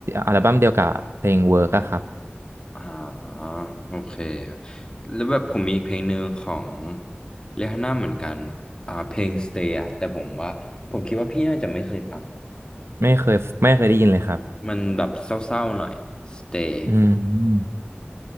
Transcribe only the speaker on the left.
อ่าโอเคครับแล้วแบบผมมีอีกเพลงหนึ่งของเรฮาน่าเหมือนกันอ่าเพลง Stay อ่ะแต่ผมว่าผมคิดว่าพี่น่าจะไม่เคยฟัง
มันแบบเศร้าๆหน่อย Stay